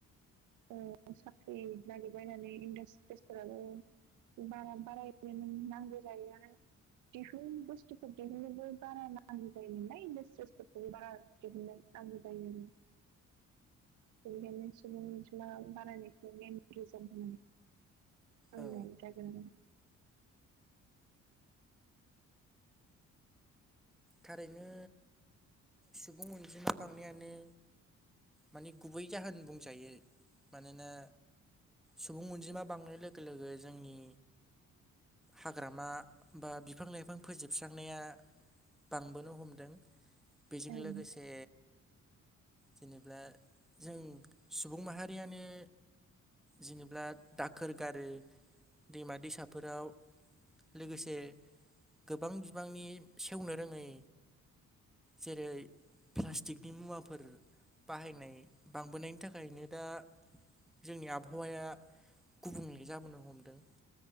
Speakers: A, on the right; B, in the centre.
A: ओ साख्रि नागिरबायनानै इन्डास्ट्रिसफोराबो बारा बाराय नो नांगौ जायो आरो दिहुन बुस्थुफोर दिहुननोबो बारा नांगौ जायोमोन नालाय इन्डासट्रिसफोरखौबो बारा दिहुनो। नांगौ जायो बेनिखायनो सुबुं अन जिमा बारायनायखौ मेन रिजन होननानै
B: औ
A: आं <unintelligible>
B: थारैनो सुबुं अनजिमा बांनायानो मानि गुबै जाहोन बुंजायो मानोना सुबुं अनजिमा बांनाय लोगो लोगो जोंनि हाग्रामा बा बिफां लाइफां फोजोबस्रांनाया बांबोनो हमदों बेजों
A: आरो
B: लोगोसे जेनेबा जों सुबुं माहारियानो जेनोब्ला दाखोर गारो दैमा दैसाफोराव लोगोसे गोबां बिबांनि सेवनो रोङै जेरै प्लास्टिकनि मुवाफोर बाहायनाय बांबोनायनि थाखायनो दा जोंनि आबहावाया गुबुंले जाबोनो हमदों।